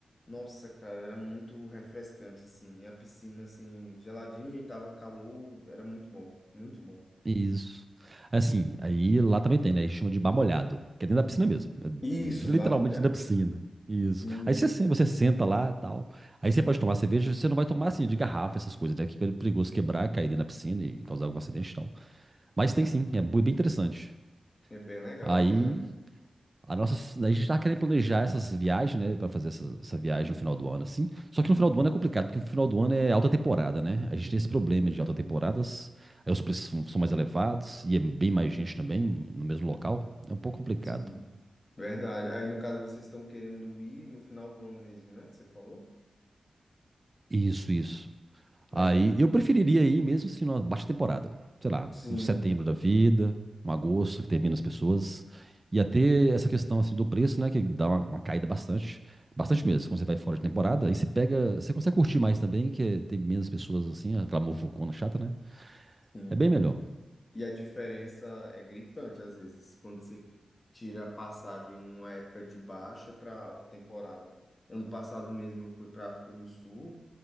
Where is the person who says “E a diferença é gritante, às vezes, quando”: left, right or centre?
Left